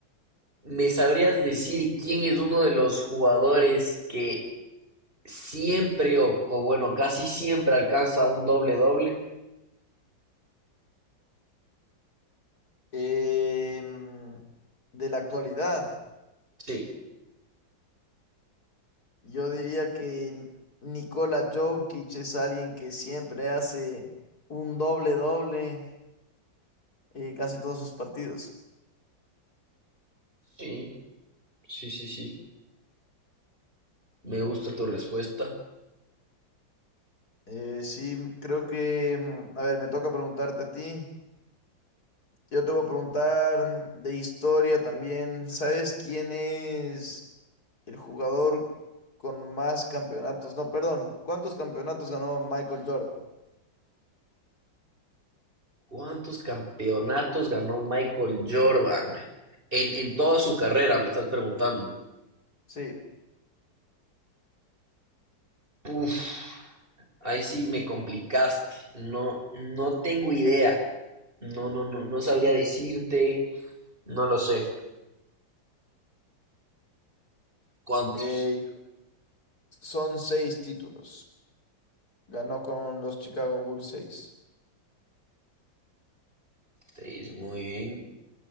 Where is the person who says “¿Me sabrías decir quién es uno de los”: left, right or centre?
Right